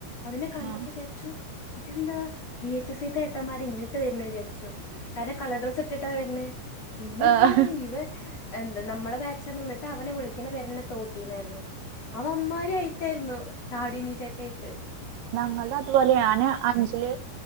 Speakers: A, on the left; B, on the right.
A: അവനെ കണ്ടപ്പോ
B: ആഹ്
A: വിചാരിച്ചു ഇതെന്താ വി. എച്. സി ത്തെ ഏട്ടന്മാര് ഇങ്ങിട്ട് വരുന്ന വിചാരിച്ചു കാരണം കളർ ഡ്രസ്സ് ഇട്ടിട്ടാ വരണേ പിന്നെ
B: ആഹ്
A: അറിയാണ് ഇവൻ എന്ത് നമ്മളെ ബാച്ചാണ് എന്നിട്ട് അവനെ വിളിക്കുന്ന പെരന്നെ തോട്ടീന്നായിരുന്നു അവമ്മാര് അയിത്തായിരുന്നു താടിമീശേക്കെയായിട്ട്
B: ഞങ്ങള് അതുപോലെയാണ് ഞാന് അഞ്ചില്